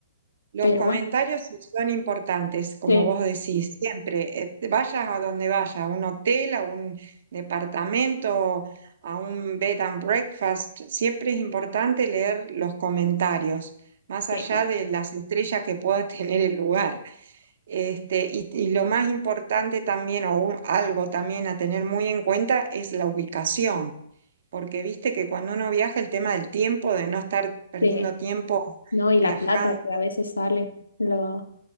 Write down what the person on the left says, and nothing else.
Pero
bueno,
sí,
sí,
sí,
sí,
¿no? Y la
plata que a veces sale lo,